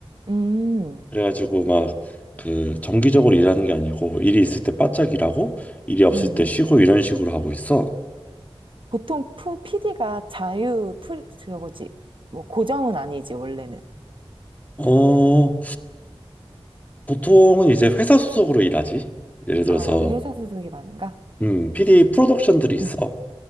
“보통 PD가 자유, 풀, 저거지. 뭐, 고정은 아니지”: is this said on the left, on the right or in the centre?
Right